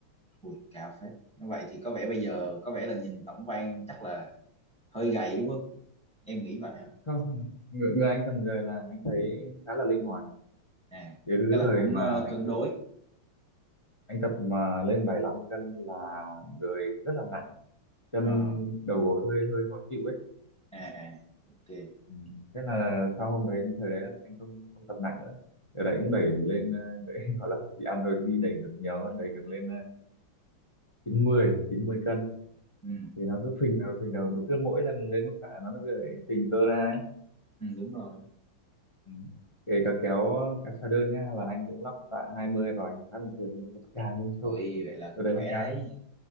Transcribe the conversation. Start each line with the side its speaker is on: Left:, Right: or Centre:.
Centre: Ui, cao phết. Như vậy thì có vẻ bây giờ có vẻ là nhìn tổng quan chắc là hơi gầy đúng không em nghĩ vậy hả
Left: không người, người anh cần giờ là anh thấy khá là linh hoạt
Centre: à
Left: chứ
Centre: tức
Left: cái
Centre: là
Left: thời
Centre: cũng
Left: mà
Centre: ờ,
Left: anh
Centre: cân
Left: lên-
Centre: đối
Left: anh tập mà lên bảy lăm cân là người rất là nặng chân
Centre: Ờ,
Left: đầu gối hơi hơi khó chịu ấy
Centre: à à ok
Left: Ừ. Thế là sau hôm đấy thời đấy là anh không không tập nặng nữa thời đấy cũng
Centre: ừ,
Left: đẩy lên ờ, <laughs> đẩy, gọi là chỉ ăn rồi đi đẩy ngược nhiều thôi đẩy ngược lên ờ, chín mươi chín mươi cân
Centre: ừ,
Left: thì nó cứ phình đầu phình đầu cứ mỗi lần lên mức tạ nó cứ đẩy phình cơ ra ấy
Centre: ừ, đúng rồi
Left: ừ. kể cả kéo kéo xa đơn nhá là anh cũng lắp tạ 20 vào anh khá bình thường nhưng mà càng lên
Centre: ôi
Left: xô
Centre: vậy là
Left: từ
Centre: cũng
Left: đấy
Centre: khỏe
Left: kéo
Centre: đấy